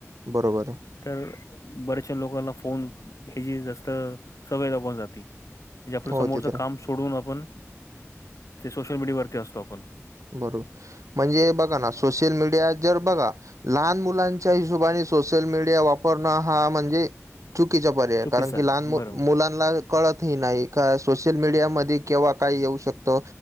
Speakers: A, on the right; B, on the left.
A: बरोबरय.
B: तर बऱ्याचशा लोकांना फोन ह्याची जास्त सवय लागून जाती. म्हणजे आपल्या
A: हो
B: समोरचं
A: ते तर आहे
B: काम सोडून आपण ते सोशल मीडियावरती असतो आपण.
A: बरोबर, म्हणजे बघा ना सोशल मीडिया जर बघा लहान मुलांच्या हिशोबाने सोशल मीडिया वापरणं हा म्हणजे चुकीचा पर्याय
B: चुकीचं
A: कारण की
B: आहे.
A: लहान मु
B: बरोबर
A: मुलांना
B: आहे.
A: कळत हि नाही का सोशल मीडियामध्ये केव्हा काय येऊ शकतं